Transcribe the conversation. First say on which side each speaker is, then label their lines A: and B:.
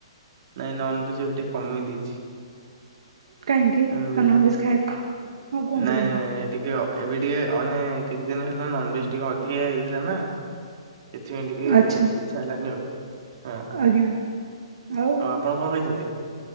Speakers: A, on the right; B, on the right.
A: ନାଇଁ ନନଭେଜ ଏବେ ଟିକେ କମେଇ ଦେଇଛି।
B: କାହିଁକି
A: ନନଭେଜ୍
B: ନନଭେଜ ଖାଇ
A: ନାଇ
B: ହଁ କୁହନ୍ତୁ
A: ନାଇ
B: କୁହନ୍ତୁ
A: ନାଇ ନାଇ ଟିକେ ଏବେ ଟିକେ ଅନେ କିଛି ଦିନ ହେଲା ନନଭେଜ ଟିକେ ଅଧିକା ହେଇଯାଇଥିଲା ନା ସେଥିପାଇଁ ଟିକେ
B: ଆଚ୍ଛା
A: ଇଚ୍ଛା ହେଲାନି ଆଉ ହଁ
B: ଆଜ୍ଞା ଆ ଆଉ।
A: ଆପଣ ଙ୍କ ଖାଇଛନ୍ତି?